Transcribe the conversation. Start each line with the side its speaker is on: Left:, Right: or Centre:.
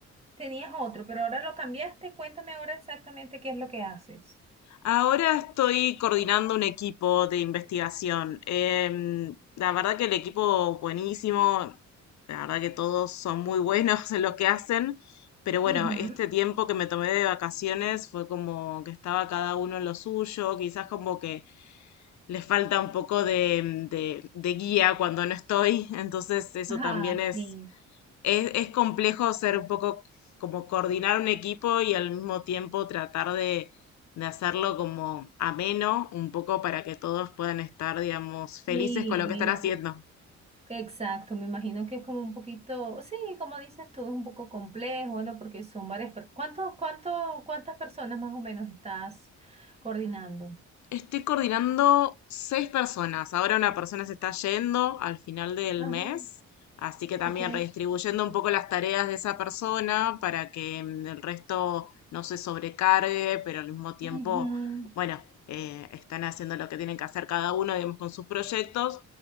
Right: tenías otro, pero ahora lo cambiaste. Cuéntame ahora exactamente qué es lo que haces.
Left: Ahora estoy coordinando un equipo de investigación. Em, la verdad que el equipo buenísimo, la verdad que todos son muy buenos <laughs> en lo que hacen, pero bueno,
Right: Ujú.
Left: este tiempo que me tomé de vacaciones fue como que estaba cada uno en lo suyo, quizás como que les falta un poco de, de de guía cuando no estoy, <laughs> entonces eso
Right: Ah,
Left: también es
Right: sí.
Left: es, es complejo ser un poco como coordinar un equipo y al mismo tiempo tratar de, de hacerlo como ameno, un poco para que todos puedan estar, digamos, felices
Right: Sí,
Left: con lo
Right: me
Left: que están
Right: imagino.
Left: haciendo.
Right: Exacto, me imagino que es como un poquito, sí, como dices tú, es un poco complejo, bueno, porque son varias, per- ¿cuánto, cuánto, cuántas personas más o menos estás coordinando?
Left: Estoy coordinando seis personas. Ahora una persona se está yendo al final del
Right: Ajá,
Left: mes, así que también
Right: ok.
Left: redistribuyendo un poco las tareas de esa persona para que mm, el resto no se sobrecargue, pero al mismo tiempo,
Right: Ujú,
Left: bueno, eh, están haciendo lo que tienen que hacer cada uno, digamos, con sus proyectos